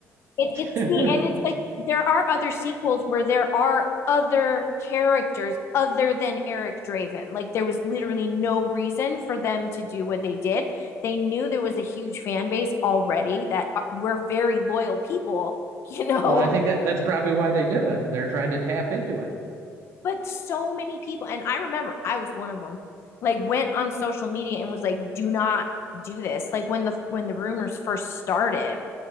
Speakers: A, on the left; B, on the right.
A: It, it's
B: yeah, yeah.
A: the and
B: <laughs>
A: it's like there are other sequels where there are other characters other than Eric Draven. Like there was literally no reason for them to do what they did. They knew there was a huge fan base already that uh, were very loyal people, <laughs> you know.
B: Well, I think that that's probably why they did it. They're trying to tap into it.
A: But so many people, and I remember I was one of them. Like went on social media and was like, "Do not do this." Like when the when the rumors first started,